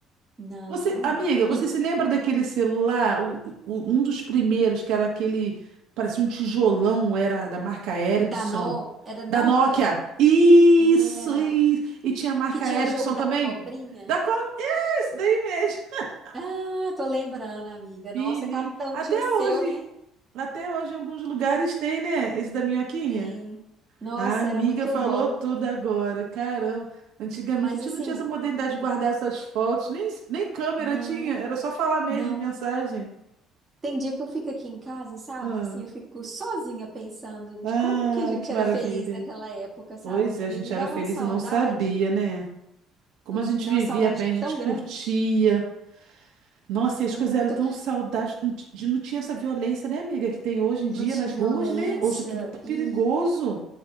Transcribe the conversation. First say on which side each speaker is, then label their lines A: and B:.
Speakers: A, on the right (about 15°); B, on the right (about 70°).
A: Não.
B: Você, amiga, você
A: E
B: se lembra daquele celular, o- o- um dos primeiros que era aquele, parecia um tijolão, era da marca Ericsson,
A: da No, era Nokia?
B: da Nokia. Isso,
A: Era.
B: isso. E tinha a marca
A: Que tinha
B: Ericsson
A: o jogo da
B: também.
A: cobrinha?
B: Da qual? Esse daí mesmo. <laughs>
A: Ah, tô lembrando, amiga.
B: Menina,
A: Nossa, cada um
B: até
A: tinha o seu,
B: hoje,
A: né?
B: até hoje em alguns lugares tem, né? Esse da minhoquinha.
A: Tem. Nossa,
B: A amiga
A: era muito
B: falou
A: bom.
B: tudo agora. Caramba, antigamente
A: Mas
B: a gente
A: assim,
B: não tinha essa modernidade de guardar essas fotos, nem, nem câmera
A: não,
B: tinha, era só falar mesmo,
A: não.
B: mensagem.
A: Tem dia que eu fico aqui em casa, sabe?
B: Ah,
A: Assim, eu fico sozinha pensando
B: ah,
A: de como que a gente
B: que maravilha.
A: era feliz naquela época, sabe,
B: Pois
A: amiga?
B: é, a gente
A: E me dá
B: era feliz
A: uma saudade.
B: e não sabia, né? Como
A: Nossa,
B: a gente
A: me dá
B: vivia
A: uma saudade
B: bem, a gente
A: tão
B: curtia.
A: grande.
B: Nossa, e as
A: Muito.
B: coisas eram tão saudáveis. Não, ti- não tinha essa violência, né, amiga, que tem hoje em dia
A: Não tinha
B: nas
A: violência
B: ruas, né? Hoje é tudo tão perigoso.
A: e